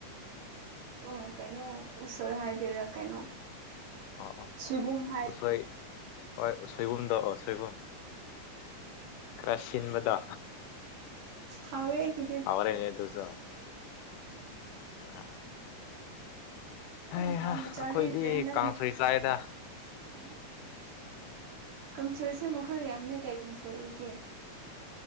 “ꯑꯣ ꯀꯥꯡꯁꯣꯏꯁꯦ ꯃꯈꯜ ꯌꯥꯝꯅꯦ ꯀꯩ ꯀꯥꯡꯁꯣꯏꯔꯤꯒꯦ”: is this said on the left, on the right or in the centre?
Right